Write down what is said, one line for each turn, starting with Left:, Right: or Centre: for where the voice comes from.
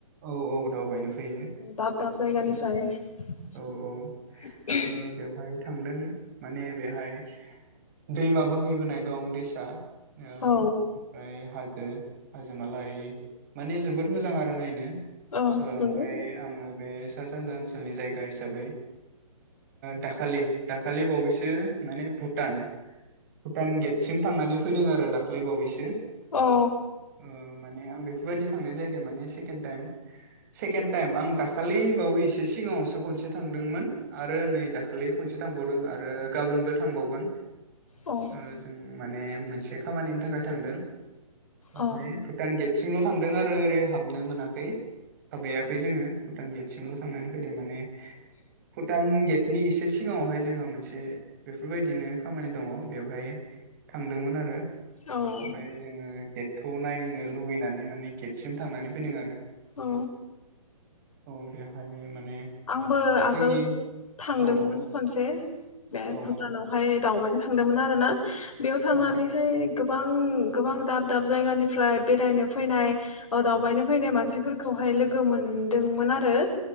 Right: औ औ दावबायनो फैयो
Left: दाब दाब जायगानिफ्राय।
Right: औ
Left: <inaudible>
Right: औ औ ओ बेवहाय थांदों माने बेहाय दैमा बोहैबोनाय दं दैसा ओ ओमफ्राय
Left: औ
Right: हाज ओ हाजोमा लारि माने जोबोर मोजां आरो नायनो।
Left: औ
Right: ओमफ्राय
Left: नंगौ
Right: आङो। बे सा सानजा ओनसोलनि जाय गा हिसाबै दाखालि दाखालि बावैसो माने भुटान भुटान गेटसिम थांनानै फैदों आरो दाखालि बावैसो
Left: औ
Right: अ माने आं बेफोर बायदि थांनाय जायाखै माने सेकेण टाइम सेकेण टाइम आं दाखालि बावै एसे सिगाङावसो खनसे थांदोंमोन। आरो नै दाख्लिय खनसे। थांबावदों आरो गाबोनबो थांबावगोन
Left: औ
Right: ओ जोंङो माने मोनसे खामानिनि थाखाय थांदों अहाय
Left: औ
Right: भुतान गेट सिमल थांदों आरो ओरै हाबनो मोनाखै हाबहैयाखै जोङो भुटान गेट सिमल थांनानै फैदों माने भुटान गेटनि एसे सिगाङावहाय जोंहा मोनसे बेफोरबायदिनो खामानि दङ बेवहाय थांदोंमोन आरो आमफ्राय
Left: औ
Right: जोङो गेटखौ नायनो लुुबैनानै माने गेटसिम थांनानै फैदों आरो
Left: औ
Right: औ बेवहाय माने
Left: आंबो आगोल
Right: जोंनि
Left: थांदोंमोन
Right: औ औ
Left: खनसे बे
Right: औ
Left: भुटानावहाय दावबायनो थांदोंमोन आरोना बेयाव थांनानैहाय
Right: औ
Left: गोब गोबां गोबां दाब दाब जायगानिफ्राय बेरायनो फैनाय दावबायनो फैनाय मानसिफोरखौहाय लोगो मोनदोंमोन आरो